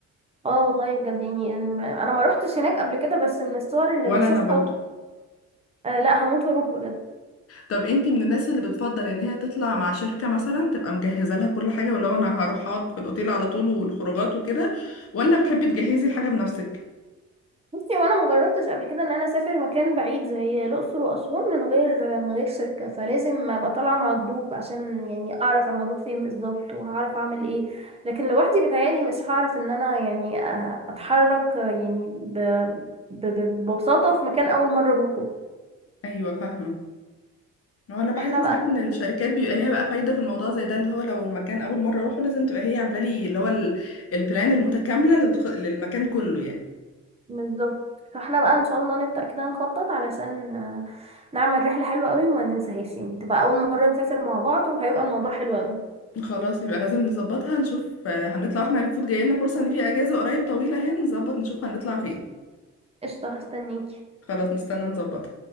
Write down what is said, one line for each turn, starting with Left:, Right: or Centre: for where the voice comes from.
Right: اه والله بجد يعني ال- انا ما روحتش هناك قبل كده بس من الصور اللي
Left: ولا
Right: بشوفها
Left: انا برضو
Right: و... آه لا هموت واروح بجد
Left: طب انت من الناس اللي بتفضل ان هي تطلع مع شركه مثلا تبقى مجهزه لها كل حاجه ولو انا هروح اقعد في الاوتيل على طول والخروجات وكده ولا بتحبي تجهزي الحاجه بنفسك
Right: بصي وانا ما جربتش قبل كده ان انا اسافر مكان بعيد زي الاقصر واسوان من غير من غير شركه فلازم ابقى طالعه مع جروب عشان يعني اعرف انا هروح فين بالظبط وهعرف اعمل ايه لكن لوحدي بيتهيألي مش هعرف ان انا يعني أ- اتحرك يعني ب... ب... ب- ببساطه في مكان اول مره اروحه
Left: ايوه فاهمه ما هو انا بحس
Right: فاحنا
Left: ساعات
Right: بقى
Left: ان الشركات بيبقى ليها بقى فايده في الموضوع زي ده اللي هو لو مكان اول مره اروحه لازم تبقى هي عامله لي اللي هو ال- البلان المتكامله للخ... للمكان كله يعني
Right: بالظبط فاحنا بقى ان شاء الله نبدأ كده نخطط علشان آه، نعمل رحله حلوه قوي وما ننساهاش يعني تبقى اول مره نسافر مع بعض وهيبقى الموضوع حلو قوي
Left: خلاص يبقى لازم نظبطها نشوف آه، هنطلع احنا المفروض جاي لنا فرصه ان في اجازه قريب طويله اهي نظبط نشوف هنطلع فين
Right: قشطه هستنيكي
Left: خلاص نستنى نظبطها